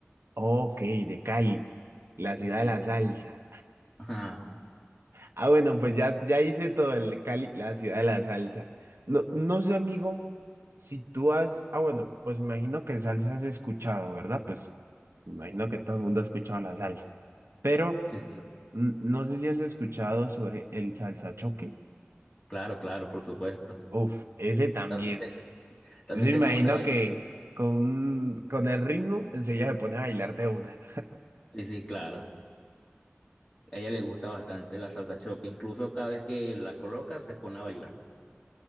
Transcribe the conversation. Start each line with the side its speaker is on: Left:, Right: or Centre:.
Right: Ok, de Cali, la ciudad
Left: Sí, sí.
Right: de la salsa.
Left: Ajá.
Right: Ah, bueno, pues ya, ya hice todo el Cali, la ciudad de la salsa. No, no sé, amigo, si tú has... Ah, bueno, pues me imagino que salsa has escuchado, ¿verdad? Pues me imagino que todo el mundo ha escuchado la salsa. Pero
Left: Sí, sí.
Right: mm, no sé si has escuchado sobre el salsa choque.
Left: Claro, claro, por supuesto.
Right: Uf, ese también.
Left: También sé, también
Right: Ese me
Left: sé
Right: imagino
Left: cómo se baila.
Right: que con, con el ritmo enseguida se pone a bailar de una.
Left: Sí, sí, claro. A ella le gusta bastante la salsa choque. Incluso cada vez que la coloca se pone a bailar.